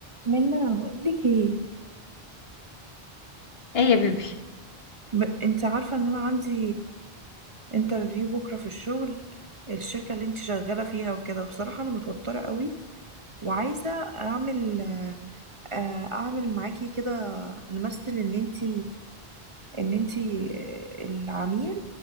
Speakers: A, on the right (about 30°); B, on the left (about 75°).
A: منا بقولك ايه
B: ايه يا بيبي
A: ب... انت عارفة ان انا عندي انترفيو بكرة في الشغل الشركة اللي انت شغالة فيها وكده وبصراحة انا متوترة قوي وعايزة اعمل آه، آه، اعمل معاكي كده نمثل ان انت ان انت آه، العميل